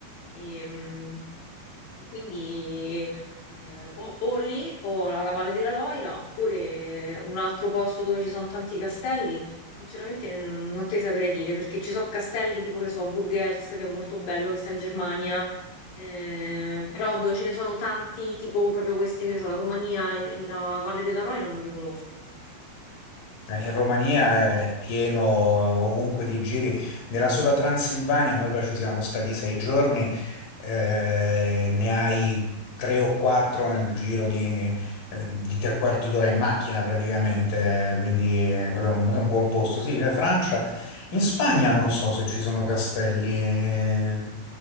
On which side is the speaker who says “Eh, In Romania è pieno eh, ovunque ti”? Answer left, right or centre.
Left